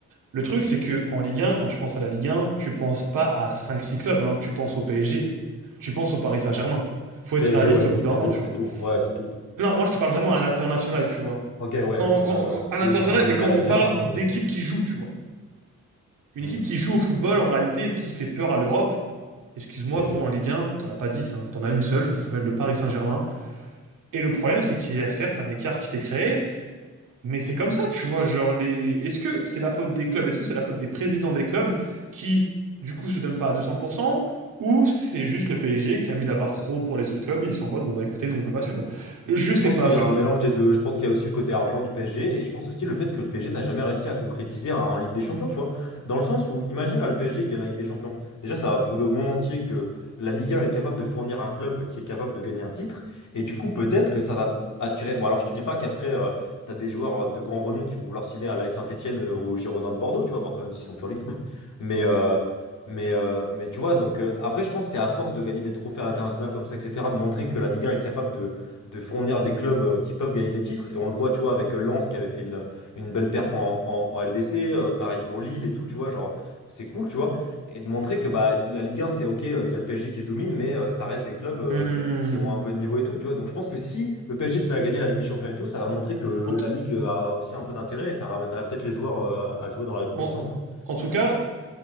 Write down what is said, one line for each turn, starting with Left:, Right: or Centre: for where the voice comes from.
Right: Le truc, c'est que en Ligue 1, quand tu penses à la Ligue 1, tu penses pas à cinq six clubs, hein, tu penses au PSG, tu penses au Paris Saint-Germain. Faut être
Left: PSG-OM,
Right: réaliste au bout d'un
Left: les
Right: moment,
Left: deux,
Right: tu
Left: c'est
Right: vois.
Left: tout. Ouais, c'est tout.
Right: Non, moi, je te parle vraiment à l'international, tu vois.
Left: Ok, ouais, ouais,
Right: Quand,
Left: ouais. ouais.
Right: quand, quand- à
Left: Oui,
Right: l'international,
Left: tu demandes un
Right: et
Left: Américain
Right: quand on parle
Left: ou...
Right: d'équipes qui jouent, tu vois. une
Left: Hmm,
Right: équipe qui joue au football en réalité et qui fait peur à l'Europe. Excuse-moi,
Left: PSG.
Right: gros, en Ligue 1, t'en as pas 10, hein. t'en as une seule, ça s'appelle le Paris Saint-Germain. Et le problème, c'est qu'il y a certes un écart qui s'est créé, mais c'est comme ça, tu vois. Genre, les... est-ce que c'est la faute des clubs Est-ce que c'est la faute des présidents des clubs qui, du coup, se donnent pas à 200% Ou c'est juste le PSG qui a mis la barre trop haut pour les autres clubs et ils sont en mode, bon, bah écoutez, nous, on peut pas suivre. Je
Left: Je
Right: sais
Left: pense
Right: pas,
Left: qu'il y
Right: tu
Left: a un
Right: vois.
Left: mélange des deux. Je pense qu'il y a aussi le côté argent du PSG et je pense aussi le fait que le PSG n'a jamais réussi à concrétiser en en Ligue des Champions, tu vois. Dans le sens où, imagine là, le PSG il gagne la Ligue des Champions. Déjà, ça va prouver au monde entier que la Ligue 1 est capable de fournir un club qui est capable de gagner un titre. Et du coup, peut-être que ça va attirer. Bon, alors je te dis pas qu'après, tu as des joueurs euh, de grand renom qui vont vouloir signer à l'AS Saint-Étienne euh, ou au Girondin de Bordeaux, tu vois, bon, quand même s'ils sont plus en Ligue 1. Mais, euh, mais, euh, mais tu vois, donc euh, après, je pense que c'est à force de gagner des trophées à l'international comme ça, etc., de montrer que la Ligue 1 est capable de de fournir des clubs euh, qui peuvent gagner des titres. Et on le voit, tu vois, avec euh, Lens qui avait fait une, une belle perf en, en- en LDC, euh, pareil pour Lille et tout, tu vois, genre, c'est cool, tu vois. Et de montrer que bah, la Ligue 1, c'est OK, euh, il y a le PSG qui domine, mais euh, ça reste des clubs euh,
Right: Hmm.
Left: qui ont un peu de niveau et tout, tu vois. Donc je pense que si le PSG se met à gagner la Ligue des Champions et tout, ça va montrer que
Right: En,
Left: la
Right: t-
Left: Ligue euh, a aussi un peu d'intérêt et ça ramènerait peut-être les joueurs euh, à jouer dans la compétition,
Right: en-
Left: tu vois.
Right: en tout cas,